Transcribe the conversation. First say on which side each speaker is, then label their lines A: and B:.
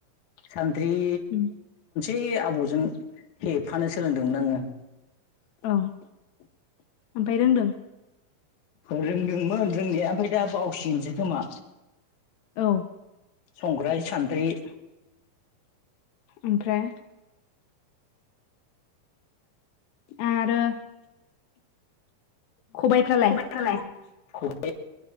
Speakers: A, on the left; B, on the left.
A: सानद्रि
B: उम
A: ए आबौजों हेबफानो सोलोंदोंमोन आङो
B: औ ओमफ्राय रोंदों
A: रोंदोंमोन रोंनाया ओमफ्राय दा बावसिगोनसो खोमा
B: औ
A: संग्राय सान्द्रि
B: ओमफ्राय आरो खबायफ्रालाय
A: खबायखौलाय खबाय